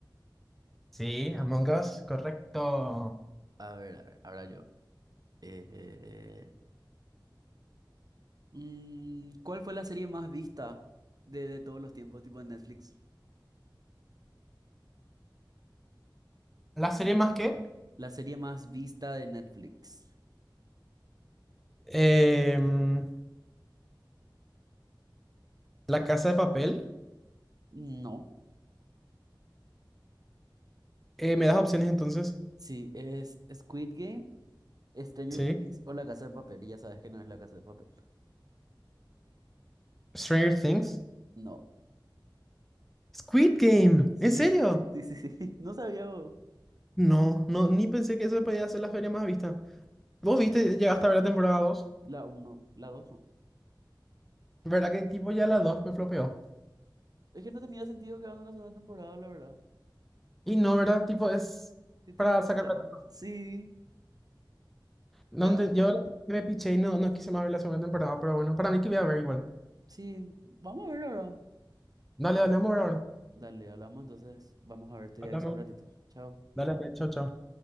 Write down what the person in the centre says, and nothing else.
Sí, Among Us. Correcto.
¿La serie más que?
Em, La Casa de Papel.
Eh, ¿me das opciones entonces?
Sí.
Stranger Things.
Squid Game,
¿en serio?
No, no, ni pensé que eso podía ser la feria más vista. ¿Vos viste, llegaste a ver la temporada 2?
¿Verdad que tipo ya la 2 me flopeó?
Y no, ¿verdad? Tipo es
para sacar
plata.
No
ente- yo la- me piché y no, no quise más ver la segunda temporada, pero bueno, para mí que voy a ver igual.
Dale, dale, vamos a ver ahora.
Hablamos.
Dale, dale, chao, chao.